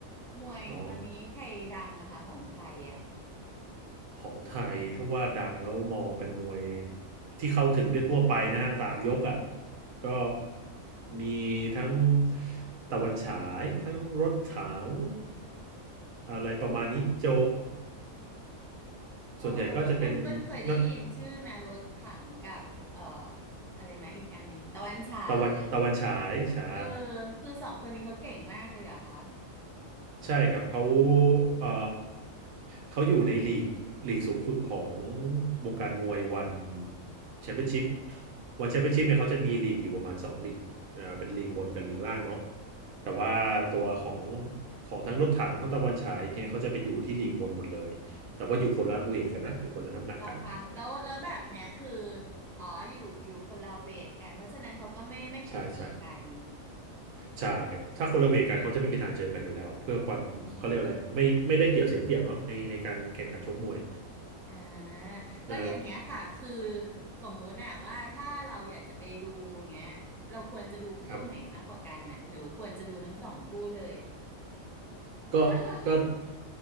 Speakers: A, in the centre; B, on the right.
A: มวยตอนนี้ใครดังอะคะของไทยอะ
B: <laughs> อ๋อของไทยถ้าว่าดังแล้วมองเป็นมวยที่เข้าถึงได้ทั่วไปนะฮะสามยกอ่ะก็มีทั้งตะวันฉายทั้งรถถังอะไรประมาณนี้โจ
A: เออเออเปิ้ลเปิ้ลเคยได้ยินชื่อนะรถถังกับเอ่อ
B: ส่วนใหญ่ก็จะเป็นนัก
A: อะไรนะอีกอันหนึงตะวันฉา
B: ตะวันตะวันฉายใช่
A: ยเออคือสองคนนี้เขาเก่งมากเลยเหรอคะ
B: ใช่ครับเขาเอ่อเขาอยู่ในลีกลีกสูงสุดของวงการมวยวันแชมเปี้ยนชิพวันแชมเปี้ยนชิพเนี่ยเขาจะมีลีกอยู่ประมาณสองลีกอ่าเป็นลีกบนกับลีกล่างเนาะแต่ว่าตัวของของทั้งรถถังทั้งตะวันฉายเนี่ยเขาจะไปอยู่ที่ลีกบนหมดเลยแต่ว่าอยู่คนละเวทกันนะอยู่คนละน้ำหนักกัน
A: หรอคะแล้วแล้วแบบเนี้ยคืออ๋ออยู่อยู่คนละเวทกันเพราะฉะนั้นเขาก็ไม่ไม่เคยเจอกัน
B: ใช่ใช่ ใช่ ถ้าคนละเวทกันเขาจะไม่มีทางเจอกันอยู่แล้วเพื่อความเขาเรียกอะไรไม่ไม่ได้เปรียบเสียเปรียบเนาะในในการแข่งขันชกมวย
A: อ่า
B: เออ
A: แล้วอย่างเงี้ยค่ะคือสมมุติน่ะว่าถ้าเราอยากจะไปดูอย่างเงี้ยเราควรจะดูคู่ไหนมากกว่ากันนะหรือควรจะดูทั้งสองคู่เลย
B: ครับ ก็ก็
A: <laughs>